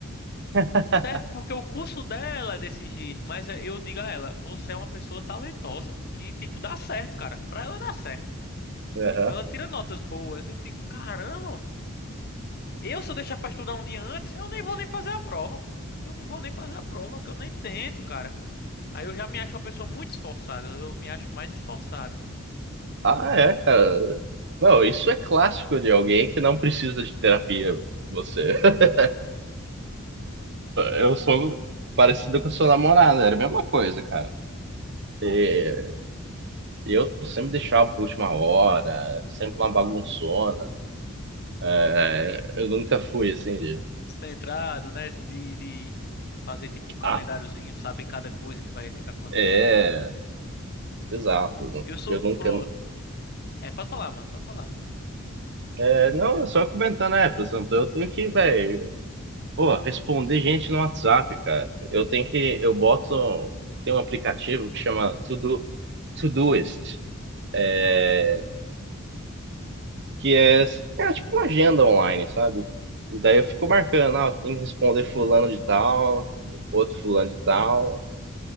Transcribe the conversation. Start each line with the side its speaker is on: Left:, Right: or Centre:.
Right: <laughs>
Left: Certo, porque o curso dela é desse jeito. Mas é, eu digo a ela, você é uma pessoa talentosa, que, tipo, dá certo, cara. Pra ela dá certo.
Right: Aham.
Left: Tipo, ela tira notas boas. Eu fico, caramba, eu, se eu deixar pra estudar um dia antes, eu nem vou nem fazer a prova. Eu não vou nem fazer a prova, que eu nem tento, cara. Aí eu já me acho uma pessoa muito esforçada. Eu me acho mais esforçado.
Right: Ah, é, cara. Não, isso é clássico de alguém que não precisa de terapia. Você. <laughs> Eu sou parecido com a sua namorada, era a mesma coisa, cara. É, Eu sempre deixava pra última hora, sempre uma bagunçona. É, eu nunca fui assim de.
Left: Centrado, né? De, de, de fazer tipo um calendáriozinho,
Right: Ah,
Left: sabe cada coisa que vai ter que acontecer
Right: é,
Left: e fazer.
Right: exato.
Left: Eu sou.
Right: Eu nunca.
Left: Pronto. É, pode falar, mano, pode falar.
Right: É, não, é só comentar, né, por exemplo, eu tenho que, velho, pô, responder gente no WhatsApp, cara. Eu tenho que, eu boto, tem um aplicativo que chama Todo, Todoist, é, que é, é tipo uma agenda online, sabe? E daí eu fico marcando, ah, eu tenho que responder fulano de tal, outro fulano de tal.